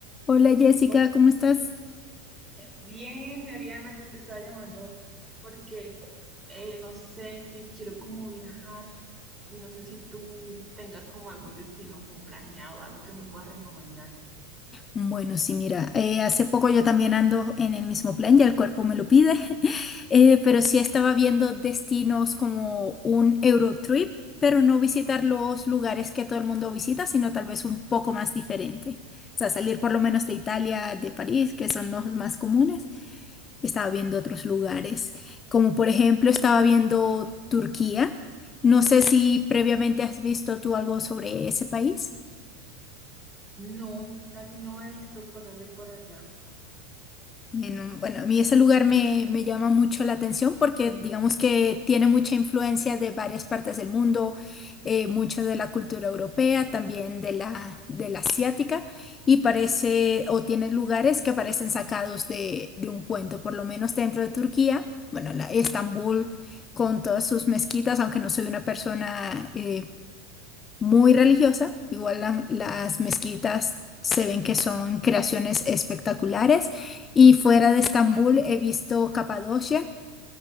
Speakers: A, on the left; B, on the right.
A: Hola Jessica,
B: Oh,
A: ¿cómo estás?
B: Bien, Ariana, yo te estaba llamando porque eh, no sé, que quiero como viajar y no sé si tú tengas como algún destino como planeado, algo que me puedas recomendar.
A: Bueno, sí, mira, eh, hace poco yo también ando en el mismo plan, ya el cuerpo me lo pide, <laughs> eh, pero sí estaba viendo destinos como un Eurotrip, pero no visitar los lugares que todo el mundo visita, sino tal vez un poco más diferente. O sea, salir por lo menos de Italia, de París, que son los más comunes. Estaba viendo otros lugares, como por ejemplo estaba viendo Turquía. No sé si previamente has visto tú algo sobre ese país.
B: No, casi no he visto cosas de por allá.
A: En un- bueno, a mí ese lugar me, me llama mucho la atención porque digamos que tiene mucha influencia de varias partes del mundo, eh, mucho de la cultura europea, también de la, de la asiática, y parece, o tiene lugares que parecen sacados de, de un cuento, por lo menos dentro de Turquía, bueno, la Estambul con todas sus mezquitas, aunque no soy una persona eh, muy religiosa. Igual la- las mezquitas se ven que son creaciones espectaculares. Y fuera de Estambul he visto Capadocia,